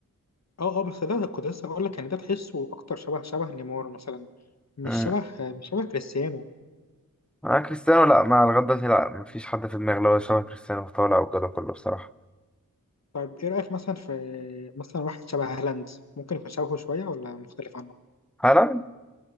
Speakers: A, on the left; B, in the centre.
A: اه اه بس ده كنت لسه هقول لك يعني ده تحسه اكتر شبه شبه نيمار مثلا مش
B: و...
A: شبه مش شبه كريستيانو
B: مع كريستيانو لا مع لغاية دلوقتي لا مفيش حد في دماغي اللي هو شبه كريستيانو في طالع وكده كله بصراحة
A: طيب ايه رايك مثلا في مثلا واحد شبه هالاند ممكن يكون شبهه شويه ولا مختلف عنه
B: هالاند